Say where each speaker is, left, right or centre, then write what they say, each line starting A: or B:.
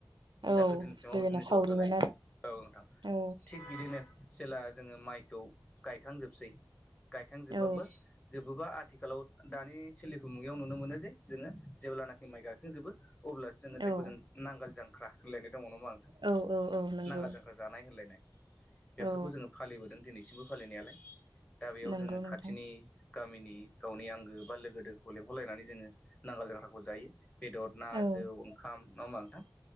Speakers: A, on the right; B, on the left.
A: औ
B: दा गोदोनि समाव
A: गोदोना
B: बिदिनो ज'
A: सावरिमोन
B: जालायोमोन
A: आरो
B: औ नोंथां
A: औ
B: थिग बिदिनो जेला जोङो माइखौ गायखांजोबसै गायखांजोबबाबो
A: औ
B: ज बबेबा आथिखालाव दानि सोलिफु मुगायाव नुनो मोनो जे जोङो जेब्लानाखि माइ गाखोजोबो अब्लासो जोङो जेखौ
A: औ
B: जों नांगोल जांख्रा होनोलायनो दङ ना नोंथां
A: औ औ औ नंगौ
B: नांगाल जांग्रा जानाय होनलायनाय बेफोरखौ
A: औ
B: जोङो फालिबोदों दिनै दासिमबो फालिनायालाय दा बेयाव
A: नंगौ
B: जोङो
A: नोंथां
B: खाथिनि गामिनि गावनि आंगो बा लोगो गोदोखौ लेंहरलायनानै जोङो नांगोल जांख्राखौ जायो बेदर ना
A: औ
B: जौ ओंखाम नङा होनबा नोंथां